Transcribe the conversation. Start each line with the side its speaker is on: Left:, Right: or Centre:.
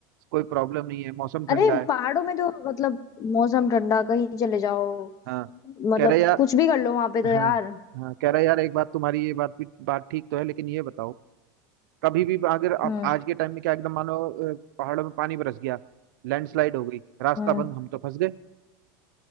Right: कोई प्रॉब्लम नहीं है मौसम ठंडा
Left: अरे
Right: है
Left: पहाड़ों में तो मतलब मौसम ठंडा कहीं चले जाओ
Right: हाँ
Left: मतलब
Right: कह रहे यार
Left: कुछ भी कर लो वहां पे तो यार
Right: हाँ हाँ कह रहे यार एक बात तुम्हारी ये बात भी बात ठीक तो है लेकिन ये बताओ कभी भी अगर आप
Left: हम्म
Right: आज के टाइम में क्या एकदम मानो अ, पहाड़ों में पानी बरस गया लैंडस्लाइड हो गई रास्ता
Left: हम्म
Right: बंद हम तो फंस गए